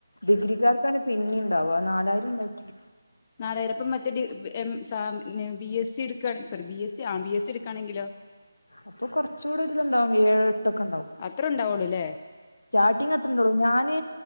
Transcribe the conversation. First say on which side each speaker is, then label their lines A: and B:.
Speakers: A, on the left (about 70°); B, on the left (about 25°).
A: ഡിഗ്രിക്കാർക്കാണ് പിന്നിം ഇണ്ടാവ നാലായിരം ഇണ്ടാക്കി
B: നാലായിരംപ്പം മറ്റേ ഡി എം സാ ബി എസ് സി എട്ക്കാണ് സോറി ബി എസ് സി ആ ബി എസ് സിട്ക്കാണെങ്കിലോ
A: അപ്പൊ കൊറച്ചൂടെ ഒര്ത്ണ്ടാവും ഏഴ് എട്ടൊക്കെണ്ടാവും
B: അത്രണ്ടാവൊള്ളൂ ലേ
A: സ്റ്റാർട്ടിംങ് അത്രണ്ടാവൊള്ളൂ ഞാന്